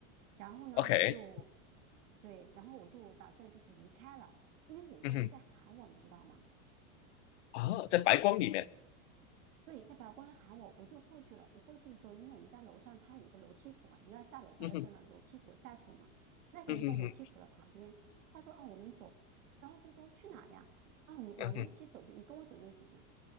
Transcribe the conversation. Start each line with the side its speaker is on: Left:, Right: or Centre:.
Right: 然后呢，
Left: ，OK，
Right: 我就对，然后我就打算就是离开了，因为有一个人在喊我，
Left: 嗯哼，
Right: 你知道吗？
Left: 啊，在白光里面，
Right: 对，在百货公司喊我，我就过去了。我过去的时候，因为我们家楼上它有个楼梯口嘛，你要下楼的话要在那楼梯口下去了嘛。
Left: 嗯哼，
Right: 那个人在楼梯口的旁边，
Left: 嗯哼哼，
Right: 他说：“哦，我们走。”然后就说：“去哪儿呀？”哦，你我们一起走就你跟我走就行了。
Left: 嗯哼，